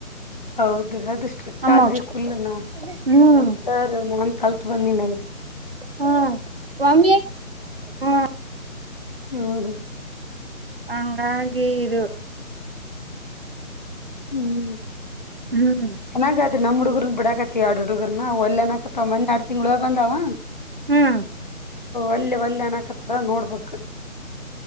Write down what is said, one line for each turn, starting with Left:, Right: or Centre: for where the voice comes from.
Left: ಹೌದ್ರೀ ಅದು ಸ್ಟ್ರಿಕ್
Right: ಅಮ್ಮ
Left: ಆದ್ರಿ
Right: ಹುಚ್
Left: ಫುಲ್ನ.
Right: ಕೊಡ್ತಾವ ಹ್ಮ್
Left: ನಮ್ಸ್ತಾರ್ ನಾನ್ ಕಲ್ತ್ ಬಂದನಲ್
Right: ಹಾ ಕ ವಮ್ಮಿ ಹ್ಮ
Left: ಹ್ಮ ರೀ
Right: ಹಂಗಾಗಿ ಇದು
Left: ಹ್ಮ್
Right: ಹ್ಮ್
Left: ಚೆನ್ನಾಗಾದ್ರಿ ನಮ್ಮ್ ಹುಡುಗುರ್ನ್ ಬಿಡಕ್ ಆಕತಿ ಯಾಡು ಹುಡುಗರ್ನ ಒಲ್ಲೆ ಆನ್ನಕತ್ತವ ಮನ್ನೆ ಯಾಡ್ ತಿಂಗಳ್ ಹೋಗ್ ಬಂದಾವ.
Right: ಹ್ಮ್
Left: ಅಲ್ಲಿ ಒಲ್ಯ ಅನಕತ್ರ ನೋಡ್ಬೇಕು.